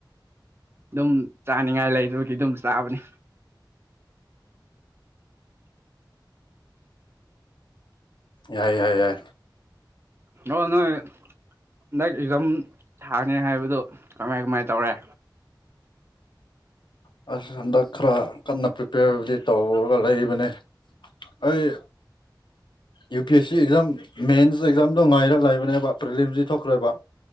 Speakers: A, on the right (about 30°); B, on the left (about 75°).
A: ꯑꯗꯨꯝ ꯆꯥꯅꯤꯡꯉꯥꯏ ꯂꯩ ꯑꯗꯨꯒꯤ ꯑꯗꯨꯝ ꯆꯥꯕꯅꯤ
B: <inaudible> ꯌꯥꯏ ꯌꯥꯏ ꯌꯥꯏ
A: ꯍ ꯅ ꯍꯟꯗꯛ ꯏꯝ ꯊꯥꯡꯅꯤ ꯍꯥꯏꯕꯗꯨ ꯀꯃꯥꯏ ꯀꯃꯥꯏ ꯇꯧꯔꯦ
B: ꯍ ꯑꯁ ꯍꯟꯗꯛ ꯈꯔ ꯀꯟꯅ ꯄ꯭ꯔꯤꯄꯦꯌꯔꯕꯨꯗꯤ ꯇꯧꯔꯒ ꯂꯩꯕꯅꯦ ꯑꯩ U P S C exam ꯃꯦꯟꯁ ꯑꯦꯛꯖꯥꯝꯗꯣ ꯉꯥꯏꯔ ꯂꯩꯕꯅꯦꯕ ꯄ꯭ꯔꯤꯂꯤꯝꯁꯤ ꯊꯣꯛꯈ꯭ꯔꯦꯕ